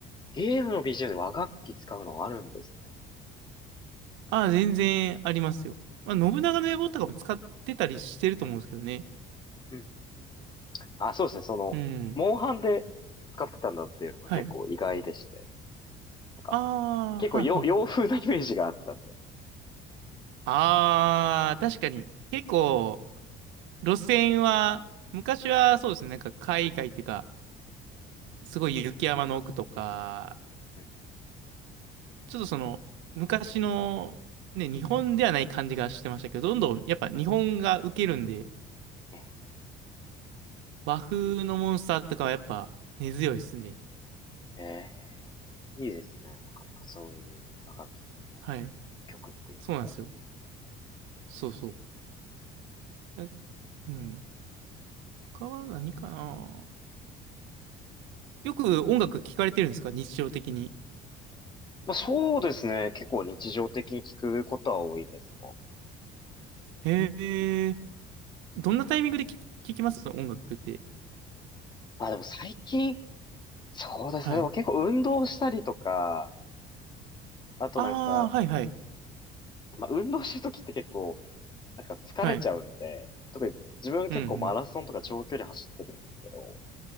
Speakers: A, on the left (about 25°); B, on the right (about 80°).
A: ゲームのビ BGM で和楽器使うのがあるんですね。
B: ああ、全然ありますよ。まあ、信長の野望とかも使ってたりしてると思うんですけどね。
A: うんうんうんうん。あ、そうですね。その、
B: うん。
A: モンハンで使ってたんだっていうのが結構意外でして。
B: はい。
A: なんか、
B: ああ、
A: 結構洋、
B: はいはい。
A: 洋風なイメージがあったんで。
B: ああ、確かに。結構、路線は、昔はそうですね、なんか海外っていうか、すごい雪山の奥とか、
A: うん
B: ちょっとその、昔の、ね、日本ではない感じがしてましたけど、どんどんやっぱ日本が受けるんで、
A: ね
B: 和風のモンスターとかはやっぱ根強いですね。
A: へえ、いいですね。なかなかそういう和楽器系の
B: はい。
A: 曲っていうのも。
B: そうなんですよ。そうそう。えうん。他は何かなよく音楽聴かれてるんですか日常的に。
A: まあそうですね。結構日常的に聞くことは多いですね。
B: へえ。どんなタイミングで聴き聞きます音楽って。
A: まあでも最近、そうですね。
B: はい。
A: でも結構運動したりとか、あとなんか、
B: ああ、はいはい。
A: まあ、運動してる時って結構、なんか疲れちゃうんで、
B: はい。
A: 特に自分結構マラソンとか長距離走ってるんですけど、
B: うんうん